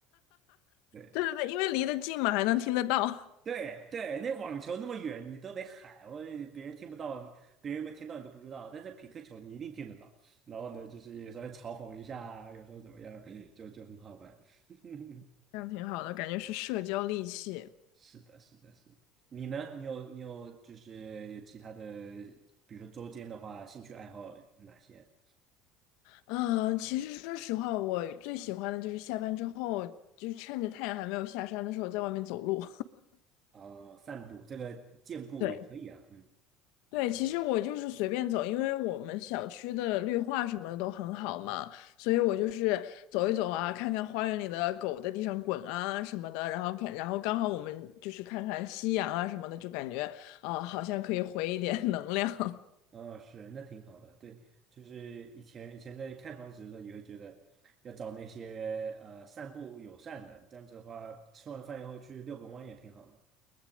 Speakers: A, on the right; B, on the left.
A: <laughs> 对。
B: 对对对，因为离得近嘛，还能听得到，
A: 对对，那网球那么远，你都得喊，我别人听不到，别人有没有听到你都不知道。但是匹克球你一定听得到。然后呢，就是有时候嘲讽一下啊，有时候怎么样，就就很好玩。<laughs>
B: <laughs> 这样挺好的，感觉是社交利器。
A: 是的，是的，是的你呢？你有你有就是有其他的，比如说周间的话，兴趣爱好哪些？
B: 嗯，其实说实话，我最喜欢的就是下班之后，就趁着太阳还没有下山的时候，在外面走路。
A: 啊、散步，这个健步也可以啊。
B: <laughs> 对。
A: 嗯。
B: 对，其实我就是随便走，因为我们小区的绿化什么的都很好嘛，所以我就是走一走啊，看看花园里的狗在地上滚啊什么的，然后看，然后刚好我们就是看看夕阳啊什么的，就感觉啊、呃好像可以回一点 <laughs> 能量。
A: 哦，是，那挺好的。对，就是以前以前在看房子的时候，也会觉得要找那些呃散步友善的，这样子的话，吃完饭以后去遛个弯也挺好的。